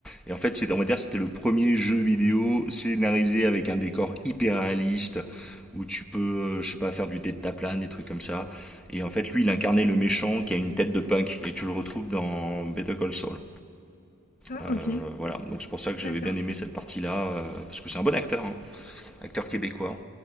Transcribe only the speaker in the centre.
et en fait c'est on va dire c'était le premier jeu vidéo scénarisé avec un décor hyper réaliste où tu peux euh, je sais pas faire du deltaplane des trucs comme ça et en fait lui il incarnait le méchant qui a une tête de punk et tu le retrouves dans Better Call Saul
euh,
voilà, donc c'est pour ça que j'avais
bien aimé cette partie-là, euh, parce que c'est un bon acteur, hein. acteur québécois.